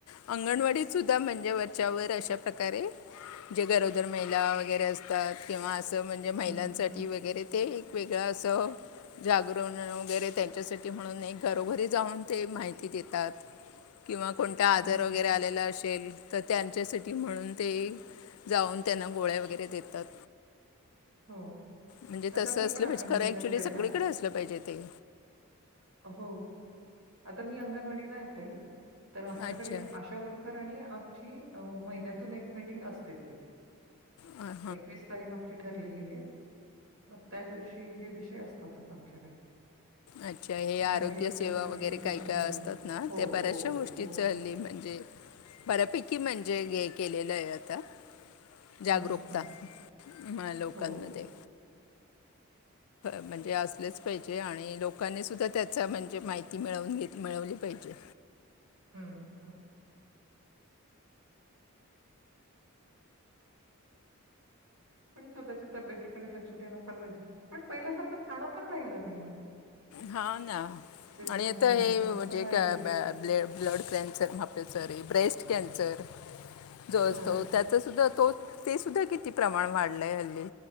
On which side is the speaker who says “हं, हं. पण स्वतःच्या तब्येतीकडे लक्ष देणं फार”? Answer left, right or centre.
Right